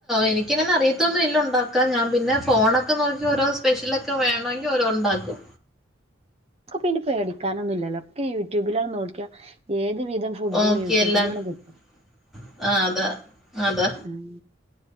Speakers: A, in the centre; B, on the right.
A: എനിക്കിങ്ങനെ അറിയത്തൊന്നും ഇല്ല ഉണ്ടാക്കാൻ ഞാൻ പിന്നെ ഫോണൊക്കെ നോക്കി ഓരോ സ്പെഷ്യലൊക്കെ വേണമെങ്കി ഓരോന്ന് ഉണ്ടാക്കും
B: ഒക്കെപിന്നെ പേടിക്കാനൊന്നുല്ലല്ലോ ഒക്കെ യൂട്യൂബിലാ നോക്കിയ ഏത് വിധം ഫുഡും
A: ഓക്കെ
B: യൂട്യൂബ്ന്നാണ്
A: എല്ലാം
B: കിട്ടും
A: <unintelligible> ആഹ് അതാ അതാ
B: ഉം